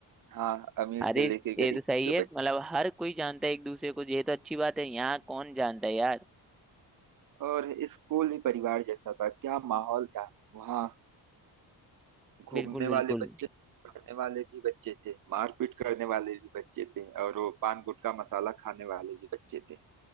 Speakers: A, on the right; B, in the centre.
A: हाँ अमीर
B: अरे
A: से लेके
B: ये
A: गरीब
B: तो सही
A: के
B: है
A: बच्चे
B: मतलब हर कोई जानता है एक दूसरे को ये तो अच्छी बात है यहाँ कौन जानता है यार
A: और स्कूल भी परिवार जैसा था क्या माहौल था वहाँ घूमने
B: बिल्कुल बिल्कुल
A: वाले बच्चे पढ़ने वाले भी बच्चे थे मारपीट करने वाले भी बच्चे थे और वो पान गुटखा मसाला खाने वाले भी बच्चे थे